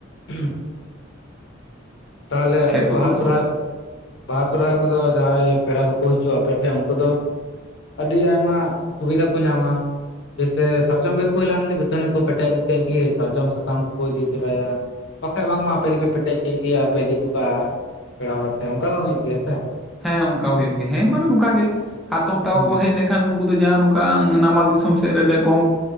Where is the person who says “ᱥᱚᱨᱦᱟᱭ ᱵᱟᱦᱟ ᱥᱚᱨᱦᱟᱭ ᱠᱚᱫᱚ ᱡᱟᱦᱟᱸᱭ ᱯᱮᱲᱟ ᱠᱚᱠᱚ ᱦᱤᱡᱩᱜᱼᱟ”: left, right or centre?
Left